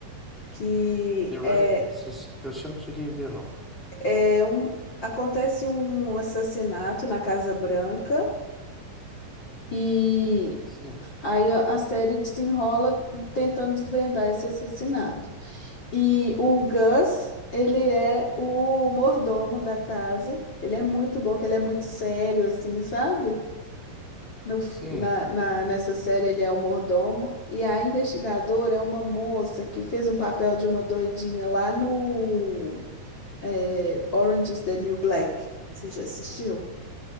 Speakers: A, on the left; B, in the centre.
A: que
B: The
A: é,
B: Residence, esse- eu che- não cheguei a ver não.
A: é, é um, acontece um assassinato na Casa Branca e
B: Sim,
A: aí a a série desenrola tentando desvendar esse assassinato. E o Gus, ele é o mordomo da casa. Ele é muito bom, que ele é muito sério, assim, sabe? No, f-
B: sim,
A: na, na- nessa série ele é o mordomo. E a investigadora é uma moça que fez um papel de uma doidinha lá no eh, Orange is the New Black. Você já assistiu?